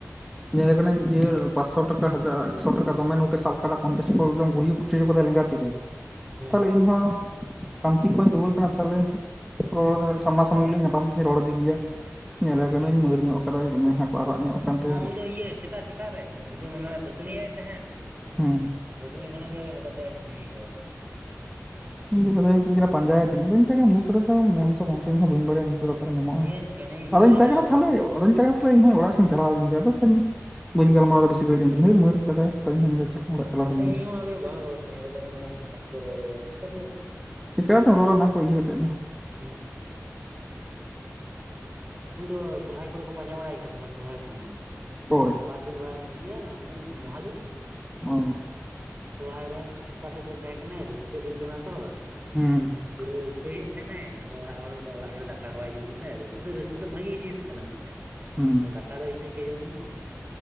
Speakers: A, in the centre; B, on the right.
A: ᱧᱮᱞᱮ ᱠᱟᱹᱱᱟᱹᱧ ᱤᱭᱟᱹ ᱯᱟᱸᱴᱥᱚ ᱴᱟᱠᱟ ᱦᱟᱡᱟ ᱮᱠ ᱥᱚ ᱴᱟᱠᱟ ᱫᱚᱢᱮ ᱱᱳᱴ ᱮ ᱥᱟᱵ ᱟᱠᱟᱫᱟ ᱯᱚᱧᱪᱟᱥ ᱠᱚ ᱮᱠᱫᱚᱢ ᱜᱩᱲᱤᱭᱩ ᱯᱩᱴᱭᱩᱫ ᱟᱠᱟᱫᱟᱭ ᱞᱮᱸᱜᱟ ᱛᱤ ᱨᱮ᱾ <inaudible>
B: ᱦᱩᱸ
A: ᱛᱟᱦᱚᱞᱮ ᱤᱧ ᱦᱚᱸ ᱠᱟᱹᱢᱪᱤ ᱠᱷᱚᱡ ᱤᱧ ᱨᱩᱣᱟᱹᱲ ᱠᱟᱱᱟ ᱛᱟᱦᱚᱞᱮ, ᱨᱚᱲ ᱫᱚ ᱥᱟᱢᱱᱟ ᱥᱟᱹᱢᱱᱤ ᱞᱤᱧ ᱧᱟᱯᱟᱢ ᱛᱷᱮ ᱨᱚᱲ ᱤᱫᱤ ᱜᱤᱭᱟ, ᱧᱮᱞᱮ
B: ᱦᱩᱸ
A: ᱠᱟᱹᱱᱟᱹᱧ ᱢᱟᱹᱨ ᱧᱚᱜ ᱟᱠᱟᱫᱟᱭ ᱢᱮᱜ ᱦᱟᱸᱜ ᱠᱚ ᱟᱨᱟᱜ ᱧᱚᱜ ᱠᱟᱱ ᱛᱟᱭᱟ
B: ᱵᱟᱝ ᱩᱱᱤ ᱫᱚ ᱤᱭᱟᱹ ᱥᱮᱛᱟᱜ ᱥᱮᱛᱟᱜ ᱨᱮ ᱡᱩᱫᱤ ᱢᱳᱱᱮ ᱦᱩᱭᱩᱜᱼᱟ, ᱫᱟᱹᱛᱱᱤᱭᱟᱭ ᱥᱮ ᱦᱟᱸᱜ
A: ᱦᱩᱸ
B: ᱫᱟᱹᱛᱟᱹᱱᱤ ᱠᱷᱚᱱᱟᱡ ᱜᱮ ᱱᱮᱛᱟᱨ ᱫᱚᱭ ᱧᱩᱭ ᱮᱫᱟᱭ᱾
A: ᱤᱧ ᱫᱮᱜᱮ ᱟᱫᱚᱭ ᱢᱤᱛᱟᱹᱧ ᱠᱟᱱᱟ ᱯᱟᱸᱡᱟᱭᱮ ᱛᱤᱧ, ᱟᱫᱚᱧ ᱢᱤᱛᱟᱭ ᱠᱟᱱᱟ ᱱᱤᱭᱟᱹ ᱠᱚᱨᱮ ᱫᱚ ᱧᱟᱢ ᱪᱚ ᱵᱟᱝ ᱪᱚ ᱤᱧ ᱦᱚᱸ ᱵᱟᱹᱧ ᱵᱟᱲᱟᱭᱟᱹᱱᱤᱡ᱾ ᱚᱱᱟ ᱫᱚ ᱚᱠᱟᱨᱮ ᱧᱟᱢᱚᱜᱼᱟ,
B: ᱞᱟᱹᱭᱟᱢ ᱠᱟᱹᱱᱟᱹᱧ ᱤᱧ
A: ᱟᱫᱚᱧ
B: ᱫᱚ
A: ᱢᱮᱛᱟᱭ
B: ᱦᱟᱱᱟ
A: ᱠᱟᱱᱟ ᱛᱟᱦᱮᱞᱮ, ᱟᱫᱚᱧ ᱢᱮᱛᱟᱭ ᱠᱟᱱᱟ ᱛᱟᱦᱚᱞᱮ ᱤᱧᱦᱚᱸ ᱚᱲᱟᱜ ᱥᱮᱧ ᱪᱟᱞᱟᱣ ᱞᱮᱱ ᱜᱮ, ᱟᱫᱚ ᱛᱟᱦᱮᱧ ᱵᱟᱹᱧ ᱜᱟᱞᱢᱟᱨᱟᱣ ᱮᱫᱟ ᱵᱤᱥᱤ ᱜᱷᱟᱹᱲᱤᱡ ᱮᱱᱛᱮ ᱦᱟᱹᱨ ᱢᱟᱹᱨ ᱠᱟᱫᱟᱭ <unintelligible> ᱡᱟᱦᱟᱸ ᱚᱲᱟᱜ ᱪᱟᱞᱟᱣ᱾ ᱦᱩᱭ
B: ᱦᱮᱸ
A: ᱞᱮᱱ ᱜᱮ
B: ᱤᱧ ᱦᱚᱸ ᱟᱞᱮ ᱵᱟᱝ ᱨᱚᱲ ᱥᱟᱱᱟᱧᱟ ᱟᱫᱚ ᱠᱚ ᱢᱮᱱᱟ ᱵᱟᱝᱠᱚ ᱨᱚᱲ ᱟᱭᱟ ᱪᱮᱠᱟ
A: ᱪᱤᱠᱟᱹᱛᱮᱢ ᱨᱚᱲᱼᱟ, ᱚᱱᱟ ᱠᱚ ᱤᱭᱟᱹ ᱠᱟᱛᱮᱫ ᱫᱚ᱾
B: ᱦᱩᱸ ᱾ ᱩᱱ ᱫᱚ ᱥᱚᱨᱦᱟᱭ ᱠᱚᱨᱮ ᱠᱚ ᱯᱟᱸᱡᱟ ᱵᱟᱲᱟᱭ ᱠᱟᱱ ᱛᱟᱦᱮᱱᱟ ᱥᱚᱨᱦᱟᱭ ᱥᱩᱢᱚᱭ ᱾
A: ᱦᱳᱭ ᱾
B: ᱵᱟᱨ ᱫᱤᱱ ᱵᱟ ᱤᱭᱟᱹ ᱩᱱᱤ ᱢᱚᱦᱟᱫᱮᱵᱽ ᱾
A: ᱚ ᱾
B: ᱥᱚᱨᱚᱦᱟᱭ ᱨᱮ ᱚᱠᱟ ᱥᱮᱫ ᱨᱮ ᱪᱚᱭ ᱛᱟᱦᱮᱸ ᱠᱟᱱᱮ ᱨᱟᱹᱥᱠᱟᱹ ᱫᱤᱱ ᱠᱟᱱᱟ ᱛᱚ ᱾
A: ᱦᱩᱸ ᱾
B: ᱯᱩᱨᱟᱹ ᱯᱷᱤᱨᱤᱭᱮᱫ ᱛᱟᱦᱮᱱᱟᱭ ᱟᱫᱚ ᱟᱲᱟᱜ ᱦᱚᱲ ᱫᱚ ᱫᱟᱠᱟ ᱦᱚᱸ ᱵᱟᱭ ᱡᱚᱢ ᱫᱟ ᱨᱟᱹᱥᱠᱟᱹ ᱫᱚ ᱨᱟᱹᱥᱠᱟᱹ ᱫᱚ ᱵᱷᱟᱜᱤ ᱡᱤᱱᱤᱥ ᱠᱟᱱᱟ ᱢᱤᱫᱴᱮᱱ ᱾
A: ᱦᱩᱸ
B: ᱟᱫᱚ ᱫᱟᱠᱟ ᱫᱚ ᱤᱥᱤᱠᱟ ᱡᱚᱢ ᱢᱮ ᱾